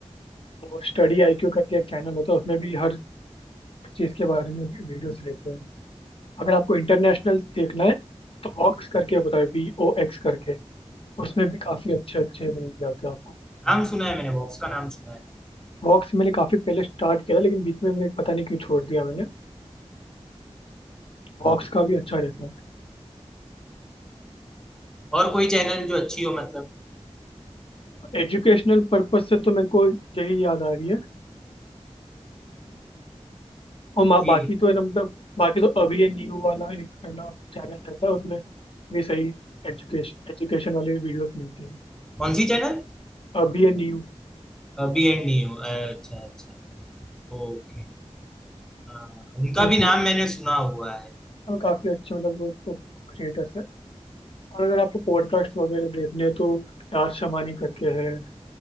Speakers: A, on the left (about 55°); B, in the centre.
A: और स्टडी आईक्यू करके एक चैनल होता है उसमें भी हर चीज़ के बारे में वीडियोस लेते हैं अगर आपको इंटरनेशनल देखना है तो वॉक्स करके होता है वी ओ एक्स करके उसमें भी काफ़ी अच्छे अच्छे मिल जाते हैं आपको
B: नाम सुना है मैंने वॉक्स का नाम सुना है
A: वॉक्स मैंने काफी पहले स्टार्ट किया था लेकिन बीच में मैं पता नहीं क्यों छोड़ दिया मैंने वॉक्स का भी अच्छा रहता
B: और कोई चैनल जो अच्छी हो मतलब
A: है एजुकेशनल पर्पज से तो मेरे को यही याद आ रही है और मा-
B: ठीक
A: बाकी
B: है
A: तो है ना मतलब बाकी तो अभी ये न्यू वाला एक है ना चैनल रहता है उसमें भी सही एजुकेशन एजुकेशन वाले वीडियोस मिलती हैं
B: कौन सी चैनल
A: अभी ये न्यू
B: बी एंड न्यू अच्छा अच्छा ओके हाँ उनका
A: उनकी
B: भी नाम मैंने सुना हुआ है
A: और काफी अच्छे मतलब वो तो क्रिएटर्स है और अगर आपको पॉडकास्ट वगैरह देखने हैं तो यार शमानी करके है